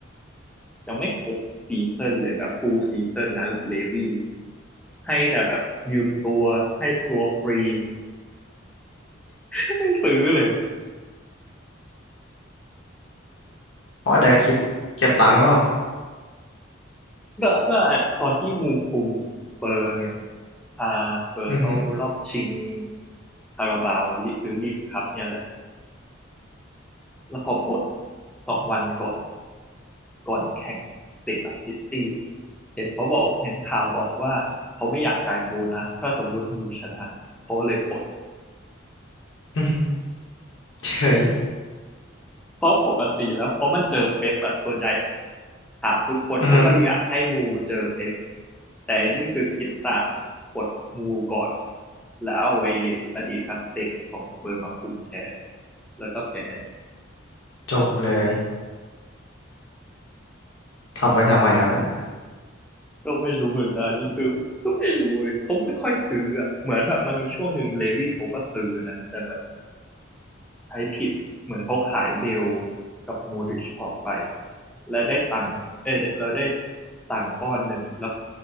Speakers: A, in the centre; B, on the left.
A: ยังไม่ครบซีซั่นเลยแบบฟูลซีซั่นนะเลวี่ให้แต่แบบยืมตัวให้ตัวฟรี <laughs> ไม่ซื้อเลย
B: เพราะอาจจะคิดเก็บตังค์ก็
A: ก็ก็ตอนที่มูคุมสเปอร์เนี่ยพาสเปอร์เข้ารอบชิง
B: อือฮึ
A: คาราบาวลิหรือลีกคัพเนี่ยแหละแล้วเขาปลดสองวันก่อนก่อนแข่งเตะกับซิตี้เห็นเขาบอกเห็นข่าวบอกว่าเขาไม่อยากจ่ายโบนัสถ้าสมมุติมูชนะเขาเลยปลด
B: อือฮึเฉย
A: เพราะปกติแล้วเพราะมันเจอเป๊ปอะส่วนใหญ่ถามทุกคนเขาก็อยากให้มูเจอเป๊ป
B: อือฮึ
A: แต่นี่คือคิดต่างกดมูก่อนแล้วเอาไอ้อดีตนักเตะของสเบอร์มาคุมแทนแล้วก็แพ้
B: จบเลยทำไปทำไมวะน่ะ
A: ก็ไม่รู้เหมือนกันนี่คือก็ไม่รู้เลยเขาไม่ค่อยซื้ออะเหมือนแบบมันมีช่วงหนึ่งเลวี่เขาก็ซื้อนะแต่แบบใช้ผิดเหมือนเขาขายเบลกับโมดริชออกไปและได้ตังค์เออเราได้ตังค์ก้อนหนึ่งแล้ว